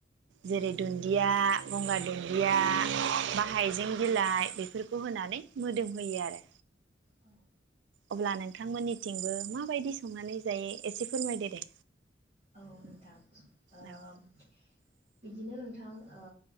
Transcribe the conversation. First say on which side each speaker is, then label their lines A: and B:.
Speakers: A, on the right; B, on the right.
A: जेरै दुन्दिया गंगार दुन्दिया बा हाइजें बिलाइ बेफोरखौ होनानै मोदोम होयो आरो।
B: औ।
A: अब्ला नोंथांमोननिथिंबो माबायदि संनानै जायो एसे फोरमायदो दे।
B: औ नोंथां ओ
A: औ
B: बिदिनो नोंथ' थां ओ